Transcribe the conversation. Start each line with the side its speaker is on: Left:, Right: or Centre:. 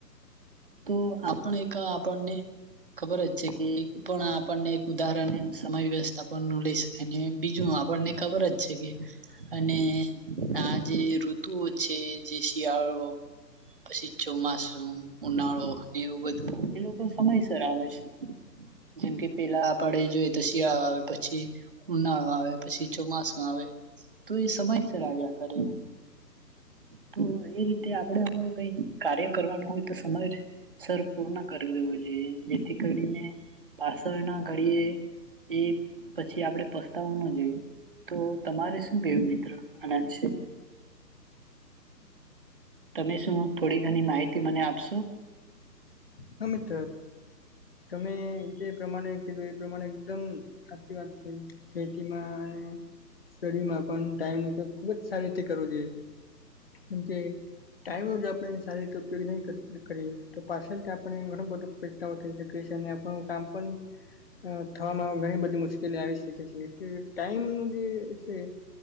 Right: તો આપણ એક આપણને ખબર જ છે કે પણ આપણને ઉદાહરણ એમ સમય વ્યવસ્થા પણ ન લઈ શકાય ને બીજું આપણને ખબર જ છે કે, અને આ જે ઋતુઓ છે. જે શિયાળો પછી ચોમાાસું ઉનાળો એવું બધું એ લોકો સમયસર આવે છે. જેમ કે પહેલા આપડે જોઈએ તો શિયાળો આવે, પછી ઉનાળો આવે, પછી ચોમાસું આવે તો એ સમયસર આવ્યા કરે એવું. તો એ રીતે આપણે એવું કઈ કાર્ય કરવાનું હોય. તો સમય સર પૂર્ણ કરી દેવો જોઈએ, જેથી કરીને પાર્સલના ઘડીએ એ પછી આપણે પસ્તાવવું ન જોઈએ. તો તમારે શું કેવું મિત્ર આના વિશે? તમે શું થોડી ઘણી માહિતી મને આપશો?
Left: હા મિત તમે જે પ્રમાણે કીધું એ પ્રમાણે એકદમ સાચી વાત છે. ખેતીમાં અને સ્ટડીમાં પણ ટાઈમનો ઉપયોગ ખુબ જ સારી રીતે કરવો જોઈએ. કેમકે ટાઈમ જ આપણે સારી રીતે ઉપયોગ નહી કરીએ, તો પાસળ <unintelligible> આપને ઘણું બધું થઈ શકે છે અને આપણું કામ પણ થવામાં ઘણી બધી મુશ્કેલી આવી શકે છે. એટલે ટાઈમનું જે છે.